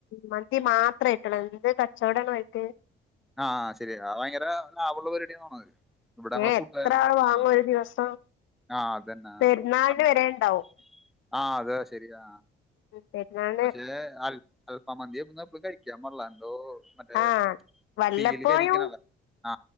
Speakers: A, on the left; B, in the centre.
A: മന്തി മാത്രം ആയിട്ടുള്ള എന്ത്‌ കച്ചവടാണോൽക്ക്
B: ആഹ് ശരിയാ അത് ഭയങ്കര ലാഭള്ള പരിപാടിയ തോന്ന്ണത്. ഇവിടെ നമ്മളെ
A: ഏ
B: കൂട്ടുകാരൻ
A: എത്ര ആള് വാങ്ങും
B: ആ
A: ഒരു ദിവസം
B: ആഹ് അതന്നെ
A: പെരുന്നാളിന്
B: ആഹ്
A: വരെ ഉണ്ടാവും
B: <unintelligible> ആഹ് അതെ ശരിയാ.
A: പെരുന്നാൾ.
B: പക്ഷെ അൽഫാ മന്തി എപ്പളും കഴിക്കാൻ പാടില്ല എന്തോ? മറ്റേ
A: ആഹ് വല്ലപ്പോഴും
B: തീയിൽ കരീക്ക്ണതല്ലേ ആ